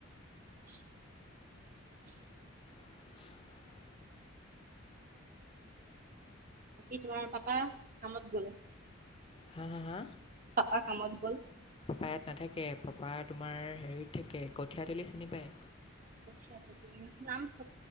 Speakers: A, on the right; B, on the left.
A: অ'।
B: <inaudible>
A: বাকী, তোমাৰ পাপা কামত গল?
B: হা হা হা?
A: পাপা কামত গ'ল।
B: <unintelligible> নাথাকে পাপা তোমাৰ হেৰিত থাকে কঠিয়া তুলি চিনি পায়?
A: <inaudible>